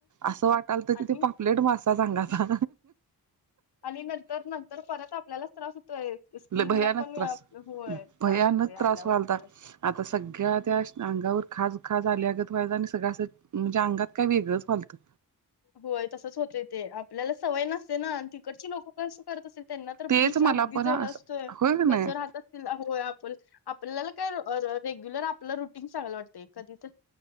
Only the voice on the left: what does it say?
आणि
आणि नंतर नंतर परत आपल्यालाच त्रास होतोय. स्किन
ला पण
होय त्रास
होतय
आल्यावर
परत.
होय तसच होते ते आपल्याला सवय नसते ना आणि तिकडची लोकं कशी करत असतील? त्यांना तर
बीच
अगदी
जवळ
असतोय
कसं
राहतात तील आ होया आपल आपल्याला काय अ र रेग्युलर आपला रुटीन चांगायला वाटतं कधी तर